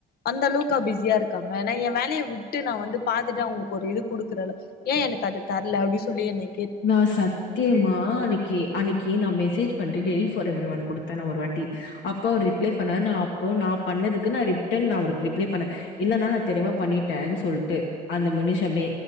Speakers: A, on the left; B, on the left.
A: அந்த அளவுக்கா பிஸியா இருக்காங்க நா எ வேலய விட்டு நா வந்து பாத்துட்டு அவங்களுக்கு ஒரு இது குடுக்குறல ஏ எனக்கு அது தர்ல அப்டின் சொல்லி என்னை
B: நா சத்யமா அன்னைக் தி அன்னைக்கி நா மெசேஜ் பண்ட்டு டெலிட் ஃபார் எவ்ரி ஒன் குடுத்தே நா ஒரு வாட்டி அப்ப அவர் ரிப்ளை பண்ணாரு நா அப் இப்போ நா பண்ணதுக்கு நா ரிட்டர்ன் நான் ஒனக்கு ரிப்ளை பண்ணே இல்லனா நா தெரியமா பண்ணிட்டேன் சொல்ட்டு அந்த முனுஷமே